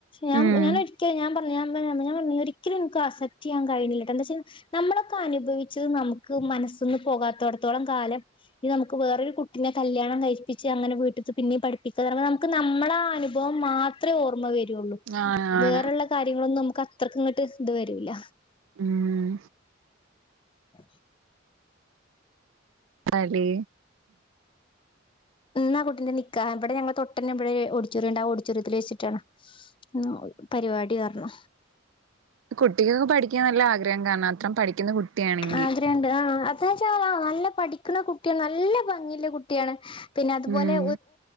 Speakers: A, on the left; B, on the right.
A: ഞാ
B: ഉം
A: ഞാൻ എ ഞാൻ പറഞ ഒരിക്കലും എക്ക് അസെക്റ്റ് ചെയ്യാൻ കഴിില്ലട്ടെ എന്താ വെച്ചാ നമ്മളൊക്കെ അനുഭവിച്ചത് നമുക്ക് മനസ്ൽന്ന് പോകാത്തോടത്തോളം കാലം ഈ നമുക്ക് വേറൊരു കുട്ടിനെ കല്യാണം കഴിപ്പിച്ച് അങ്ങനെ വീട്ട പിന്നെയും പഠിപ്പിക്കുക നമുക്ക് നമ്മുടെ ആ അനുഭവം മാത്രമേ ഓർമ്മ വരൂ
B: ആണ് ആണ്
A: വേറള്ള കാര്യങ്ങളൊന്നും നമുക്ക് അത്രക്ക ഇങ്ങോട്ട് ഇത് വരൂല്ല
B: ഉം
A: ആ
B: അി
A: ഉ ആ കുട്ടിന്റെ നിിക്കാ ഇവിടെ ഞങ്ങ തൊട്ടെ ഇവിടെ ഓടിച്ചോറിണ്ടണ്ട് ആ ഓടിച്ചോറൽ വെച്ചിട്ടാണ് ആ പരിപാടി പറഞ്ഞു
B: കുട്ടികൾക്ക്െ പഠിക്കാൻ നല്ല ആഗ്രഹം കാണാം അത്രം പഠിക്കുന്ന കുട്ടിയാണെങ്കി
A: ആദ്രുണ്ട് ആ <unintelligible> നല്ല പടി നിക്കുന്ന കുട്ടി നല്ല ഭംഗിയ്‌ള്ള കുട്ടിയാണ് പിന്നെ അതുപോലെ
B: ഉം